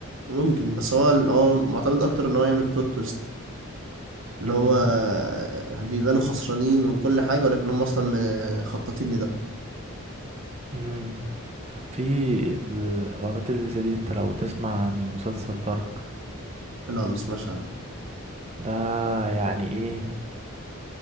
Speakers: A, on the right; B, on the right.
A: ممكن بس هو هو معتمد اكتر ان هو يعمل بلوت تويست اللي
B: امم
A: هو بيبانوا خسرانين وكل حاجة ولكن هم اصلا من- خططين لده
B: امم في الحوارات اللي زي دي انت لو تسمع عن مسلسل دارك
A: لا مسمعش عنه
B: ده يعني ايه